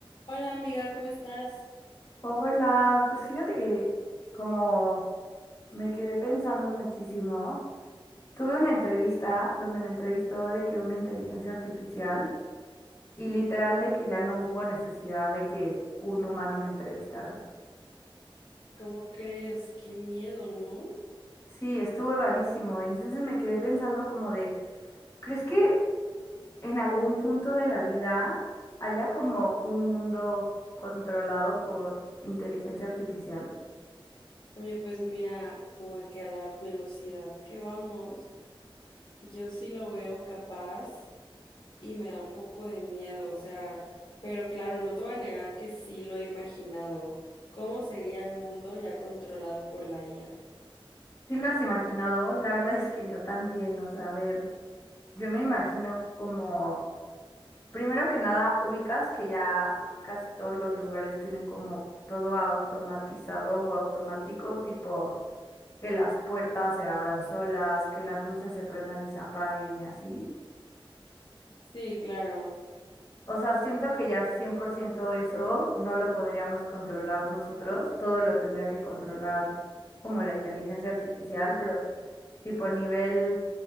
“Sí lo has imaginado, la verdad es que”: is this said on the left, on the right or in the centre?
Left